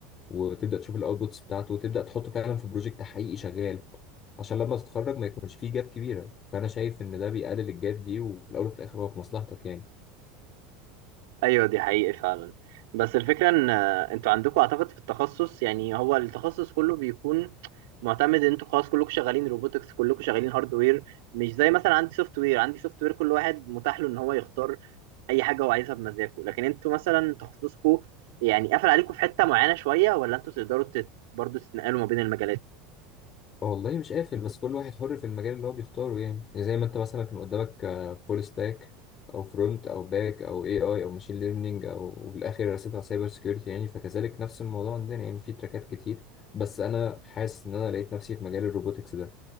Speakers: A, on the left; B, on the right.
A: وتبدا تشوف الاوتبوتس بتاعته وتبدا تحطه فعلا في بروجكت حقيقي شغال عشان لما تتخرج ما يكونش فيه جاب كبيره فانا شايف ان ده بيقلل الجاب دي وفي الاول وفي الاخر هو في مصلحتك يعني
B: ايوه دي حقيقة فعلا بس الفكرة ان آه، انتوا عندكم اعتقد في التخصص يعني هو التخصص كله بيكون معتمد ان انتوا خلاص كلكم شغالين روبوتكس كلكم شغالين هاردوير مش زي مثلا عندي سوفت وير عندي سوفت وير كل واحد متاح له ان هو يختار اي حاجة هو عايزها بمزاجه لكن انتوا مثلا تخصصكم يعني قافل عليكم في حتة معينة شوية ولا انتوا تقدروا تت... برضه تتنقلوا ما بين المجالات
A: والله مش قافل بس كل واحد حر في المجال اللي هو بيختاره يعني يعني زي ما انت مثلا كان قدامك فول ستاك او فرونت او باك او اي اي او ماشين ليرنينج او وبالاخر رسيت على سايبر سكيورتي يعني فكذلك نفس الموضوع عندنا يعني في تراكات كتير بس انا حاسس ان انا لقيت نفسي في مجال الروبوتكس ده